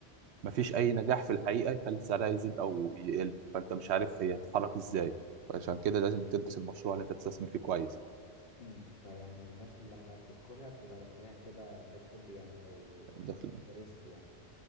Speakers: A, on the right; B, on the left.
A: مفيش اي نجاح في الحقيقه يخلي سعرها يزيد او يقل فانت مش عارف هي هتتحرك ازاي فعشان كده لازم تدرس المشروع اللي انت تستثمر فيه كويس
B: امم فيعني الناس لما بتدخلها بتبقى داخلها كده بالحب يعني او آه،
A: دخل
B: بريسك يعني